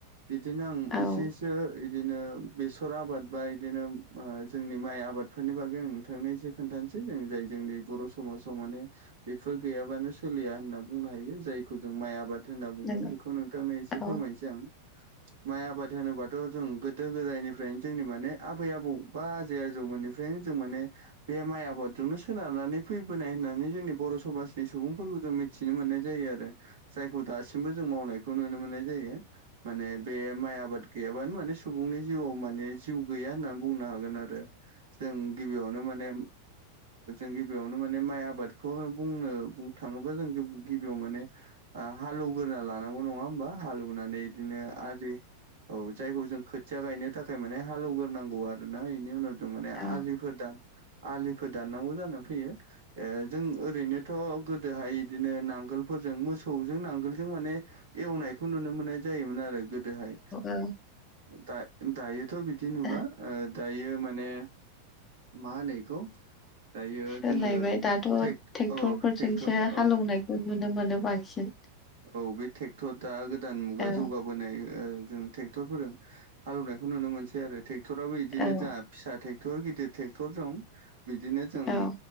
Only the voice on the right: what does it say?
बिदिनो आं
एसे एसे इदिनो इदिनो बेसर आबाद बा इदिनो ओ जोंनि माइ आबादफोरनि बागै आं नोंथांनो एसे खोन्थानोसै जों जाय जोंनि बर' समाजाव माने बेफोर गैयाबानो सोलिया होनना बुंनो हायो जायखौ जों माइ आबाद होनना बुंगोन
बेखौ नोंथांनो एसे
फोरमायनोसै आं माइ आबाद होनोबाथ' जों गोदो गोदायनिफ्रायनो जोंनि माने आबै आबौ बा आजै आजौ मोननि नो जों माने बे माइ आबादजोंनो सोनारनानै फैबोनाय होननानै जोंनि बर' समाजनि सुबुंफोरखौथ' मि थिनो मोननाय जायो आरो जायखौ दासिमबो जों मावनायखौ नुनो मोननाय जायो। माने बे माइ आबाद गैयाबानो माने सुबुंनि जिउआव माने जिउ गैया होननानै बुंनो हागोन आरो जों गिबियावनो माने जों गिबियावनो माने माइ आबादखौ बुंनो बुंनो थाङोबा जों गिबियाव माने हालेवगोरा लानांगौ नङा होमबा हालौवनानै बिदिनो आलि औ जायखौ जों खोथिया गायनो थाखाय माने हाले एवग्रोनांगौ आरो ना बेनि उनाव जों माने
आजि आलिफोर दाननांगौ जानानै फैयो ओ जों ओरैनो थ' गोदोहाय बिदिनो नांगोलफोरजों मोसौजों नांगोलजों माने एवनायखौ नुनो मोननाय मोन आरोहाय गोदोहाय
दा दायोथ' बिदि नुला
दायो माने मा होनो इखौ दायो
जोङो
टेक
औ ट्रेक्टर
औ
औ बे ट्रेक्टर दा गोदान मुगा
जौगाब होनाय जों ट्रेक्टरफोरजों हालेवनायखौ नुनो मोनसै आरो ट्रेक्टराबबो बिदिनो
जों फिसा ट्रेक्टर गिदिर ट्रेक्टर द बिदिनो जों